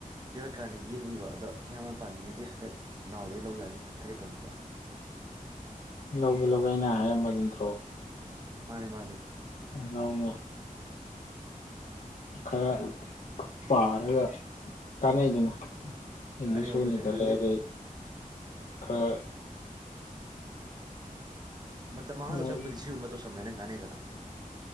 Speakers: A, on the right (about 30°); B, on the left (about 60°).
A: ꯗꯦꯜꯀꯥꯔꯅꯤꯒꯤꯅ ꯏꯕ ꯑꯗꯣ ꯏꯌꯥꯝꯕꯅ ꯄꯥꯅꯤꯡꯉꯗꯤ ꯍꯥꯏ ꯍꯥꯏꯐꯦꯠ ꯅꯅꯥꯎꯗꯩ ꯂꯧ ꯌꯥꯅꯤ ꯍꯥꯏꯒꯦ ꯇꯧꯅꯤꯗ
B: ꯂꯧꯒꯦ ꯂꯧꯒꯦ ꯑꯩꯅ ꯍꯥꯏꯔꯝꯕꯗꯨ ꯅꯠꯇ꯭ꯔꯣ
A: ꯃꯥꯅꯤ ꯃꯥꯅꯤ
B: ꯂꯧꯒꯦꯅꯦ ꯈꯔ ꯄꯥꯔꯒ ꯀꯥꯟꯅꯩꯗꯅ ꯏꯪꯂꯤꯁ
A: ꯑꯅꯦ
B: ꯍꯣꯜ
A: ꯑꯗꯨꯅꯦ
B: ꯂꯤꯡꯈꯠꯂꯦ
A: ꯍꯥꯏꯗꯤ
B: ꯑꯗꯩ ꯈꯔ
A: ꯃꯇꯝ ꯃꯥꯡꯍꯟꯗꯣꯏ
B: ꯃꯣꯏ
A: ꯁꯔꯨꯛꯄꯨꯗꯤ ꯁꯤꯒꯨꯝꯕ ꯇꯧꯁꯟꯕꯅ ꯒꯥꯅꯦꯗꯅ